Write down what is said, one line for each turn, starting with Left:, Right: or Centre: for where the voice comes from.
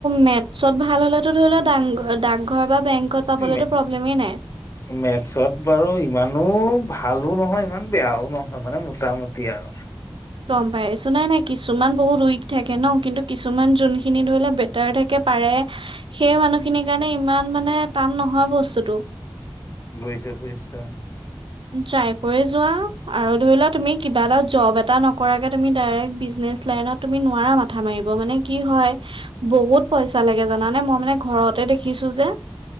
Right: মেতছত ভাল হ'লেতো ধৰি লোৱা ডাং ডাং ঘৰ বা বেংকত পাবলৈতো
Left: মে
Right: প্ৰব্লেমেই নাই।
Left: মেথছত বাৰু ইমানো ভালো নহয় ইমান বেয়াও নহয় মানে মোটামুটি আৰু।
Right: গম পাইছো, নাই নাই কিছুমান বহুত উইক থাকে ন'? কিন্তু কিছুমান জোনখিনি ধৰি লোৱা বে টাৰ থাকে পাৰে, সেই মানুহখিনিৰ কাৰণে ইমান মানে টান নহয় বস্তুতটো।
Left: বুজিছো, বুজিছো।
Right: ট্ৰাই কৰি যোৱা, আৰু ধৰি লোৱা তুমি কিবা এটা জব এটা নকৰাকে তুমি ডাইৰেক্ট বিজনেচ লাইনত তুমি নোৱাৰা মাথা মাৰিব মানে কি হয়, বহুত পইচা লাগে জানানে মই মানে ঘৰতে দেখিছোঁ যে।